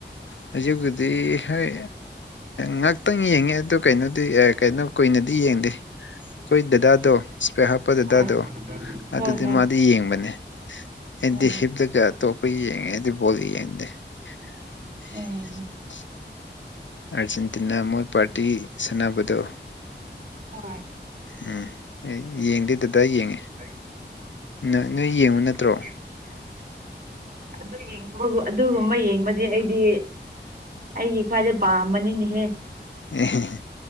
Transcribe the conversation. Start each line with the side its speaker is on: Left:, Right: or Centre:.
Left: ꯍꯧꯖꯤꯛꯄꯨꯗꯤ ꯍꯣꯏ ꯉꯥꯛꯇꯪ ꯌꯦꯡꯉꯦ ꯑꯗꯨ ꯀꯩꯅꯣꯗꯤ ꯀꯩꯅꯣ ꯀꯨꯏꯅꯗꯤ ꯌꯦꯡꯗꯦ ꯑꯩꯈꯣꯏ ꯗꯗꯥ ꯑꯗꯣ ꯏ꯭ꯁꯄꯦꯛ ꯍꯥꯞꯄ ꯗꯥꯗꯨ
Right: ꯍꯣꯏ
Left: ꯑꯗꯣ ꯑꯗꯨꯗꯤ
Right: ꯍꯣꯏ
Left: ꯃꯥꯗꯤ ꯌꯦꯡꯕꯅꯦ ꯑꯩꯗꯤ
Right: ꯎꯝ
Left: ꯍꯤꯞꯇꯒ ꯑꯇꯣꯞꯄ ꯌꯦꯡꯉꯦ ꯑꯩꯗꯤ ꯕꯣꯜꯂꯤ ꯌꯦꯡꯗꯦ <inaudible>
Right: ꯎꯝ
Left: <unintelligible> ꯑꯥꯔꯖꯦꯟꯇꯤꯅꯥ ꯃꯣꯏ ꯄꯥꯔꯇꯤ ꯁꯥꯟꯅꯕꯗꯣ
Right: ꯍꯣꯏ
Left: ꯎꯝ ꯑꯦ ꯌꯦꯡꯗꯦ ꯗꯥꯗꯥ ꯌꯦꯡ
Right: <inaudible> <unintelligible>
Left: ꯅ ꯅꯣꯏ ꯌꯦꯡꯕ
Right: <inaudible>
Left: ꯅꯠꯇ꯭ꯔꯣ
Right: <unintelligible> ꯑꯗꯨ ꯌꯦꯡꯕꯕꯨ ꯑꯗꯨꯒꯨꯝꯕ ꯌꯦꯡꯕꯗꯤ ꯑꯩꯗꯤ ꯑꯩꯒꯤ ꯈ꯭ꯋꯥꯏꯗꯩ ꯄꯥꯝꯕꯅꯤꯅꯦꯍꯦ
Left: <unintelligible>